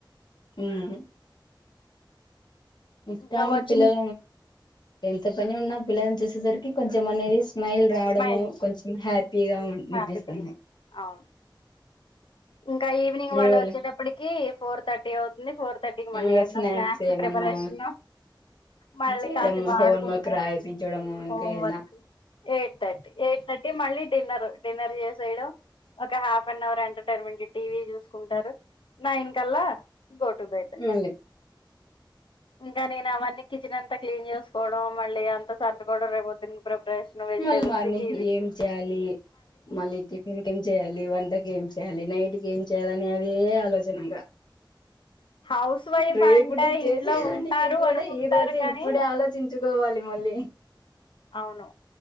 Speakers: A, on the left (about 60°); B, on the left (about 80°).
A: హ్మ్ ఇ
B: ఇంకా
A: కానీ
B: వచ్చింది
A: పిల్లల ఎంత పని ఉన్నా పిల్లలను చూసేసరికి కొంచెంమనీ స్మైల్ రావడము
B: స్మైల్
A: కొంచెం హ్యాపీగా అనిపిస్తుంది
B: హ్యాపీ ఫీలింగ్ అవును ఇంకా ఈవినింగ్ వాళ్ళు
A: ఎవళ
B: వచ్చేటప్పటికి ఫోర్ థర్టీ అవుతుంది ఫోర్ కి మళి
A: ఇంకా
B: స్నాక్స్
A: ఏమన్నా
B: ప్రిపరేషన్ మళ్ళీ
A: చేయడము
B: కాసి
A: హోంవర్క్
B: అడుకుంటారు
A: రాయిపించడము ఇంకా
B: హోమ్
A: ఇలా
B: work eight thirty eight thirty మళ్ళీ డిన్నర్ డిన్నర్ చేసేయడం ఒక half one hour entertainment TV చూసుకుంటారు నైన్ కల్లా గో టు బెడ్
A: మళ్ళీ
B: ఇంకా నేను అవన్నీ కిచెన్ అంతా క్లీన్ చేసుకోవడం మళ్ళీ అంత సర్దుకోవడం రేపోద్దునా ప్రిపరేషన్ వెజిటేబుల్స్
A: మళ్ళీ మార్నికి
B: కి ఇవి
A: ఏం చేయాలి మళ్ళీ టిఫిన్ కి ఏం చేయాలి వంటకి ఏం చేయాలి నైటికి ఏం చేయాలని అదే ఆలోచన ఇగ
B: హౌస్ వైఫ్
A: రేపుటి
B: అంటే
A: చేసేదానికి
B: ఇంట్లో ఉంటారు
A: కూడా
B: అనుకుంటారు
A: ఈ రోజే
B: కానీ
A: ఇప్పుడే ఆలోచించుకోవాలి మళీ
B: అవును